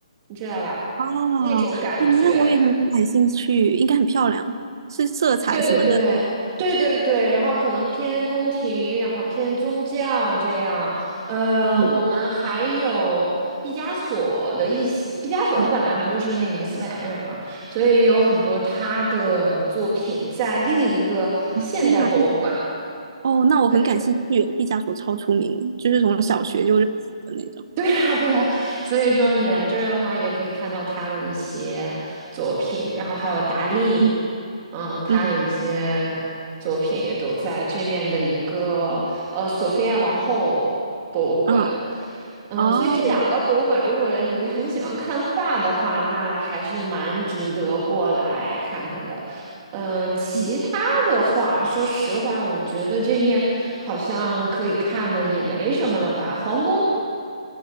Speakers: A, on the right; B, on the right.
A: 你知道吧？
B: 哦，
A: 那种感觉。
B: 嗯那我也很感兴趣，应该很漂亮，是色彩什么的。
A: 对对对对对对，然后可能偏宫廷，然后偏宗教这样。呃，
B: 嗯
A: 我们还有毕加索的一些，毕加索他本来不就是那个西班牙人嘛，
B: 嗯，
A: 所以有很多他的作品在另一个现代博物馆。
B: 天呐，哦，那我很感兴趣，
A: 对对。对。
B: 毕加索超出名，就是从小学就认识的那种。
A: 对呀，对呀，所以说你来这儿的话，也可以看到他的一些作品，然后还有达利，
B: 嗯
A: 嗯，他的一些作品也都在这面的一个呃索菲亚王后博物馆，
B: 嗯啊
A: 嗯，
B: 哦
A: 所以这两个博物馆，如果你很喜欢看画的话，那还是蛮值得过来看看的。嗯，其他的话，
B: 嗯
A: 说实话，我觉得这面好像可以看的也没什么了吧，皇宫。